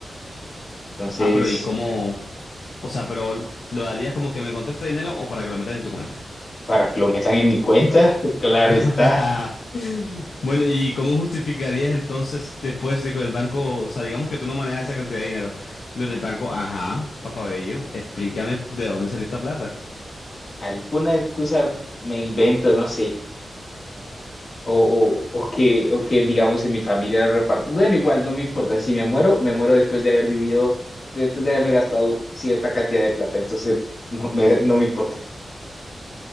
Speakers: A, on the left; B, on the left.
A: Entonces,
B: Ah, pero ¿y cómo? O sea, pero ¿lo darías como que me encontré este dinero o para que lo metas en tu cuenta?
A: para que lo metan en mi cuenta, <laughs> claro
B: <laughs>
A: está.
B: Bueno, ¿y cómo justificarías entonces después de que el banco, o sea, digamos que tú no manejas esa cantidad de dinero, los del banco, ajá, papabello, explícame de dónde salió esta plata?
A: Alguna excusa me invento, no sé. O, o, o que, o que digamos en mi familia lo reparto. Bueno, igual no me importa. Si me muero, me muero después de haber vivido, después de haberme gastado cierta cantidad de plata. Entonces, no me, no me importa.